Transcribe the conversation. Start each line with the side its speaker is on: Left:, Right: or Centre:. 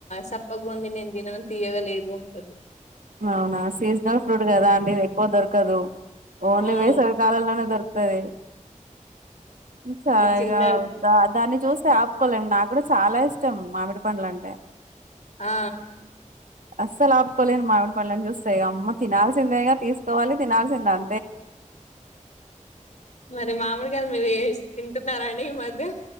Left: చప్పగా ఉంది నేను తిననని తీయగలేదు అంటారు.
Right: అవునా సీజనల్ ఫ్రూట్ కదా అండిది ఎక్కువ దొరకదు. ఓన్లీ
Left: అవును
Right: వేసవి కాలంలోనే దొరుకు సరే చ
Left: ఈ చిన్నలు
Right: ఇగా రా దాని చూస్తే ఆపుకోలేం నాగ్గూడా చాలా ఇష్టం. మామిడి పండ్ల అంటే
Left: ఆ
Right: అస్సలు ఆపుకోలేను మామిడి చూస్తే అమ్మ తినాల్సిందేన తీసుకోవాలి తినాల్సింద అ
Left: మరి మామిడికాయల మీద ఏస్ తింటున్నారా అండి ఈ మధ్య